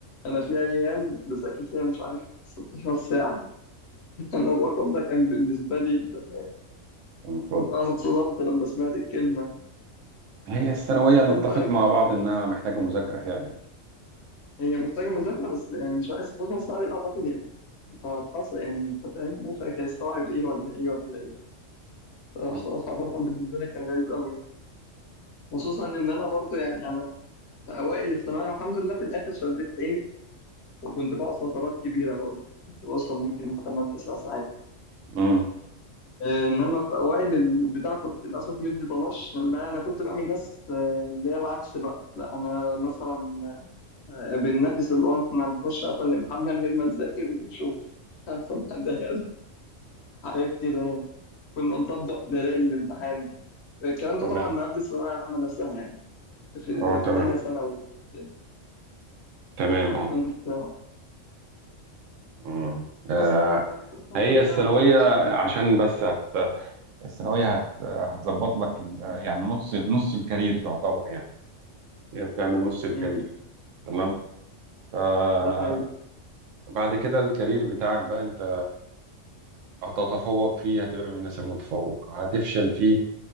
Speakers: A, on the left; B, on the right.
A: أنا في أيام بذاكر فيها مش عارف 16 ساعة <laughs> أنا الرقم ده كان بالنسبة لي ده.
B: المفروض
A: أنا اتصدمت لما سمعت الكلمة
B: هي الثانوية
A: في
B: نتفق
A: ناس بقى
B: مع بعض إنها محتاجة مذاكرة فعلا
A: هي محتاجة مذاكرة بس يعني مش عارف 16 ساعة دي أعتقد يعني أنت هتحصل يعني أنت فاهم مخك هيستوعب إيه ولا إيه ولا إيه
B: أه
A: بصراحة الرقم بالنسبة لي كان غريب قوي يعني. خصوصا ان انا برضو يعني انا في اوائل الثانوية انا الحمد لله في الاخر شديت حيلي وكنت بقعد فترات كبيرة برضو يعني كنت بوصل ممكن 8 9 ساعات
B: أمم
A: آه، انما في اوائل البتاع كنت للاسف مدي طناش لان انا كنت بقى من الناس آه، اللي هي العكس بقى لا انا مثلا آه، بننافس اللي هو احنا هنخش اصلا الامتحان من غير ما نهم نذاكر ونشوف <laughs> أصلاً حد هيقدر. حاجات كده يعني كنا نطبق ليالي الامتحان الكلام ده
B: تمام
A: طبعا قبل الثانوية العامة نفسها يعني في
B: اه
A: في
B: تمام
A: تانية ثانوي كده
B: تمام
A: فكنت
B: اه مم. آه،
A: بس يعني بس الحمد
B: هي
A: لله
B: الثانوية
A: شديت
B: عشان
A: لك
B: بس هت... الثانوية هت... هتظبط لك ال... يعني نص نص الكارير يعتبر يعني هي بتعمل نص الكارير
A: امم
B: تمام آه،
A: ده حقيقي
B: بعد كده الكارير بتاعك بقى انت هتتفوق فيه هتبقى من الناس المتفوقة هتفشل فيه